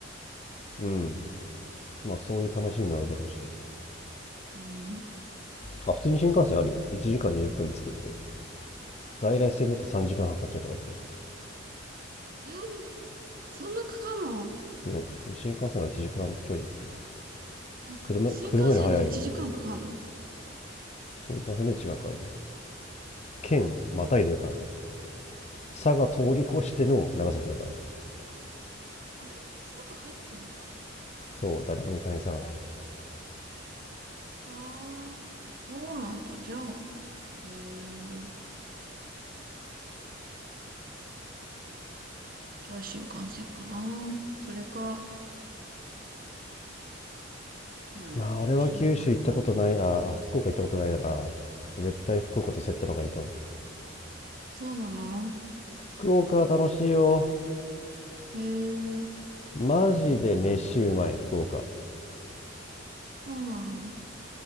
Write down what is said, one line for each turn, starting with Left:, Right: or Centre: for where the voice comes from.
Left: うん。まあそういう楽しみもあるだろうし。
Right: うん。
Left: あ、普通に新幹線あるよ。1時間20分で着くって。在来線だと3時間半かかっちゃうとか言って
Right: えーそんなかかんの
Left: る。ね。新幹線は1時間ちょいですけど。
Right: い新幹線で1時間かんかかんの
Left: 車、車より早いの。新幹線で違うからね。県またいでるからね。佐賀通り越しての長崎だから、ね、
Right: 間に坂入ってんだ。
Left: そう、誰も行かない佐賀が入って
Right: さあ、そうなんだ。じゃあ、へえ。じゃあ新幹線かな。それか、うん、
Left: る。まあ、
Right: まあどっちでもいいか。
Left: 俺は九州行ったことない、ああ、福岡行ったことないなら、絶対福岡とセットの方がいいと思う。
Right: そうなの
Left: 福岡は楽しいよ。
Right: へえ、
Left: マジで飯うまい、福岡。
Right: そうなの。